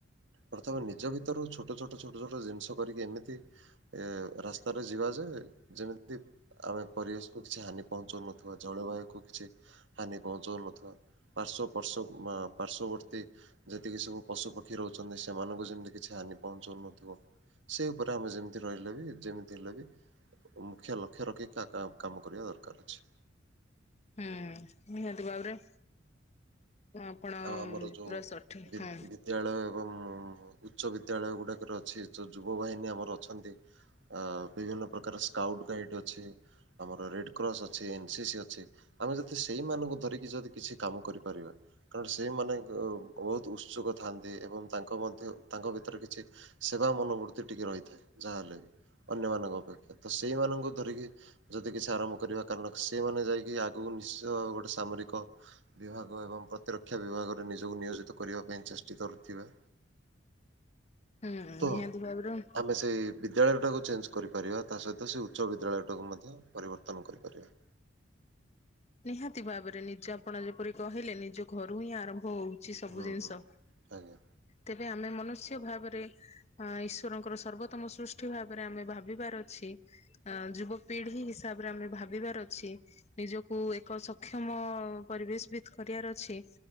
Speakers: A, on the right; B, on the left.
A: ପ୍ରଥମେ ନିଜ ଭିତରୁ ଛୋଟ ଛୋଟ ଛୋଟ ଜିନିଷ କରିକି ଏମିତି ଏଁ ରାସ୍ତାରେ ଯିବା ଯେ ଯେମିତି ଆମେ ପରିବେଶକୁୁ କିଛି ହାନି ପହଞ୍ଚାଉନଥିବା ଜଳବାୟୁ କୁ କିଛି ହାନି ପହଞ୍ଚାଉନଥିବା। ପାର୍ଶ୍ଵ ପାର୍ଶ୍ଵ ପାର୍ଶ୍ଵବର୍ତ୍ତୀ ଯେତିକି ସବୁ ପଶୁପ। ରହୁଚନ୍ତି। ସେମାନଙ୍କୁ ଯେମିତି କିଛି ହାନି ପହଞ୍ଚାଉନଥିବ। ସେଇ ଉପରେ ଆମେ ଯେମି ରହିଲେ ବି ଯେମିତି ହେଲେ ବି ମୁଖ୍ୟ ଲକ୍ଷ୍ୟ ରଖି କା-କା କାମ କରିବା ଦରକାର ଅଛି।
B: ହୁଁ ନିହାତି ଭାବରେ। ଆପଣ
A: ଆଉ ଆମର ଯୋଉ
B: ପୁରା ସଠିକ୍
A: ବି
B: ହଁ
A: ବିଦ୍ୟାଳୟ ଏବଂ ଉଚ୍ଚ ବିଦ୍ୟାଳୟ ଗୁଡ଼ାକରେ ଅଛି ଯୋଉ ଯୁବ ବାହିନୀ ଆମର ଅଛନ୍ତି ଆ ବିଭିନ୍ନ ପ୍ରକାର ସ୍କାଉଟ୍ ଗାଇଡ୍ ଅଛି। ଆମର ରେଡ କ୍ରସ୍ ଅଛି। ଏନ୍ସିି ସି ଅଛି। ଆମେ ଯଦି ସେଇମାନଙ୍କୁ ଧରିକି ଯଦି କିଛି କାମ କରିପାରିବା। କାରଣ ସେଇମାନେ ବହୁତ୍ ଉତ୍ସୁକ ଥାଆନ୍ତି ଏବଂ ତାଙ୍କ ମଧ୍ୟ ତାଙ୍କ ଭିତରେ କିଛି ସେବା ମନୋବୃତ୍ତି ଟିକିଏ ରହିଥାଏ। ଯାହା ହେଲେ ବି ଅନ୍ୟମାନଙ୍କ ଅପେକ୍ଷା। ତ ସେଇମାନଙ୍କୁ ଧରିକି ଯଦି କିଛି ଆରମ୍ଭ କରିବା କାରଣ ସେମାନେ ଯାଇକି ଆଗକୁ ନିଶ୍ଚିତ ଗୋଟେ ସାମରିକ ବିଭାଗ ଏବଂ ପ ପ୍ରତିରକ୍ଷା ବିଭାଗରେ ନିଜକୁ ନିୟୋଜିତ କରିବା ପାଇଁ ଚେଷ୍ଟିତ ହୋଇଥିବା।
B: ହୁଁ
A: ତ
B: ନିହାତି ଭାବରେ ହୁଁ।
A: ଆମେ ସେଇ ବିଦ୍ୟାଳୟ ଟାକୁ ଚେଞ୍ଜ କରିପାରିବା। ତା ସହିତ ସେ ଉଚ୍ଚ ବିଦ୍ୟାଳୟଟାକୁ ମଧ୍ୟ ପରିବର୍ତ୍ତନ କରିପାରିବା।
B: ନିହାତି ଭାବରେ ନିଜେ ଆପଣ ଯେପରି କହିଲେ ନିଜ ଘରୁ ହିଁ ଆରମ୍ଭ ହୋଉ। ଅଛିସବୁ
A: ହୁଁ
B: ଜିନିଷ।
A: ହୁଁ ଆଜ୍ଞା
B: ତେବେ ଆମେ ମନୁଷ୍ୟ ଭାବରେ ହଁ ଈଶ୍ୱରଙ୍କର ସର୍ବୋତ୍ତମ ସୃଷ୍ଟି ଭାବରେ ଆମେ ଭାବିବାର ଅଛି। ଅ ଯୁବପିଢି ହିସାବରେ ଆମେ ଭାବିବାର ଅଛି। ନିଜ କୋଉ ଏକ ସକ୍ଷମ ପରିବେଶ ବିିତ୍ କରିବାର ଅଛି।